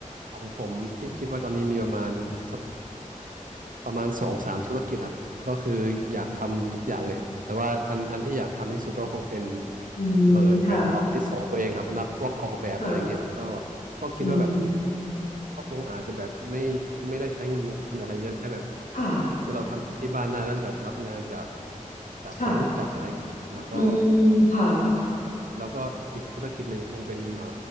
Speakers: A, on the right (about 80°); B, on the left (about 75°).
A: ของผมที่คิดว่าตอนนี้มีประมาณสักประมาณสองสามธุรกิจครับก็คืออยากทำทุกอย่างเลยแต่ว่าอันอันที่อยากทำที่สุดก็คงเป็น
B: อืมค่ะ
A: เปิดเป็นออฟฟิศของตัวเองครับรับพวกออกแบบอะไรเงี้ยก็
B: ค่ะ
A: ก็คิดว่าแบบ
B: อืม
A: ก็คงอาจจะแบบไม่ไม่ได้ใช้เงินลงทุนอะไรเยอะแค่แบบ
B: ค่ะ
A: คือเราทำที่บ้านได้แล้วก็แบบรับงานจากจากคนรู้จักอะไรเงี้ยแล้วก็
B: ค่ะอืมค่ะ
A: แล้วก็อีกธุรกิจหนึ่งคงเป็นเอ่อ